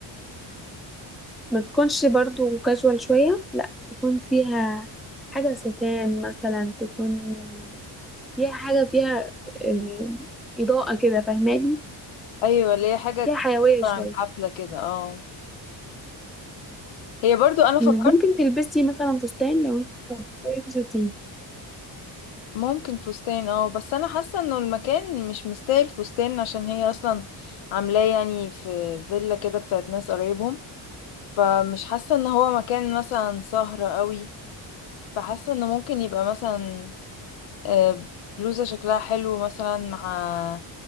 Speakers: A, in the centre; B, on the left.
A: ما تكونش برضو كاجوال شوية لا تكون فيها حاجة ستان مثلا تكون فيها حاجة فيها آه، إضاءة كده فاهماني
B: ايوه اللي هي حاجة
A: فيها حيوية
B: تعبر
A: شوية
B: عن حفلة كده اه هي برضو انا فكرت
A: مم، ممكن تلبسي مثلا فستان لو انت مختارة فساتين
B: ممكن فستان اه بس انا حاسة انه المكان مش مستاهل فستان عشان هي اصلا عاملاه يعني في فيلا كده بتاعت ناس قرايبهم فمش حاسة ان هو مكان مثلا سهرة قوي فحاسة انه ممكن يبقى مثلا آه، بلوزة شكلها حلو مثلا مع